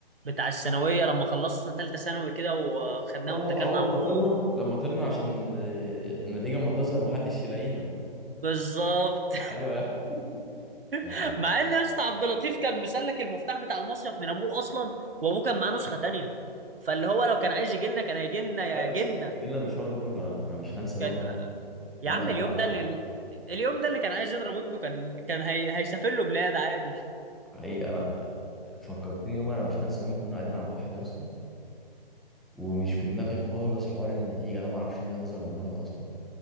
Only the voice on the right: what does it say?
بتاع الثانويه لما خلصنا ثالثه ثانوي كده وخدناه
واتكلنا
على
الله.
بالظبط
<laughs>
مع ان يا اسطى عبد اللطيف كان مسلك المفتاح بتاع المصيف من ابوه اصلا وابوه كان معاه نسخه تانيه فاللي هو لو كان عايز يجي لنا كان هيجي لنا يا
جنة
كان
يا عم
اليوم
ده اللي
اليوم ده اللي كان عايز يضرب ابنه كان كان هي... هيسافر له بلاد عادي